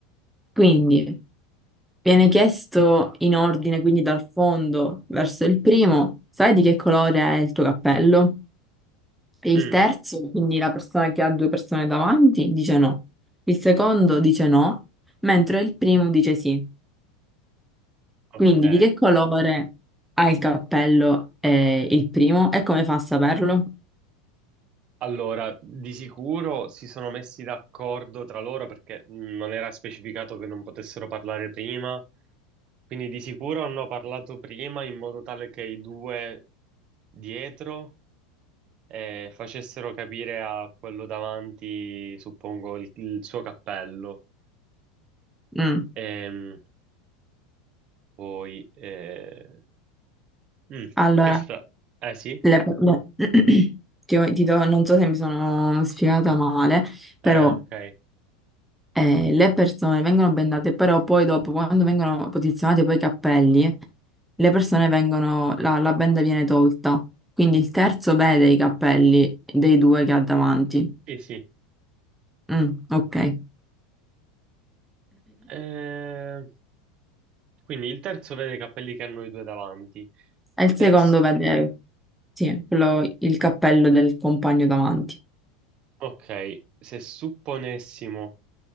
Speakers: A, in the centre; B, on the right.
A: Quindi viene chiesto in ordine, quindi dal fondo verso il primo, sai di che colore è il tuo cappello? E il
B: Mm.
A: terzo, quindi la persona che ha due persone davanti, dice no. Il secondo dice no, mentre il primo dice sì.
B: Ok.
A: Quindi di che colore ha il cappello eh, il primo e come fa a saperlo?
B: Allora, di sicuro si sono messi d'accordo tra loro perché mh, non era specificato che non potessero parlare prima, quindi di sicuro hanno parlato prima in modo tale che i due dietro eh, facessero capire a quello davanti, suppongo, il, il suo cappello.
A: Mm.
B: Ehm, poi, eh, mm,
A: Allora.
B: questa, eh sì,
A: Le- le- <clears throat> ti, ho- ti do- non so se mi sono spiegata male, però
B: eh ok,
A: eh, le persone vengono bendate, però poi dopo, quando vengono posizionati poi i cappelli, le persone vengono, la, la benda viene tolta. Quindi il terzo vede i cappelli dei due che ha davanti.
B: sì sì.
A: Mm, ok. E
B: Eh, quindi il terzo vede i capelli che hanno i due davanti.
A: il
B: Se-
A: secondo vede, sì, quello- il cappello del compagno davanti.
B: Ok, se supponessimo